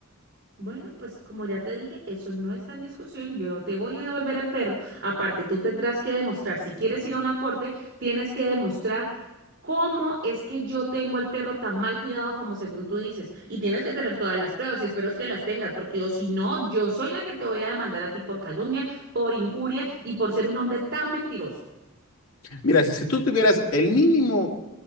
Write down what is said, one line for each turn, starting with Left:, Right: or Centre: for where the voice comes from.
Right: Bueno, pues como ya te dije, eso no está en discusión. Yo no te voy a devolver al perro. Aparte, tú tendrás que demostrar, si quieres ir a una corte, tienes que demostrar cómo es que yo tengo el perro tan mal cuidado como según tú dices. Y tienes que tener todas las pruebas y espero es que las tengas, porque o si no, yo soy la que te voy a demandar a ti por calumnia, por injuria y por ser un hombre tan mentiroso.
Left: Mira, si, si tú tuvieras el mínimo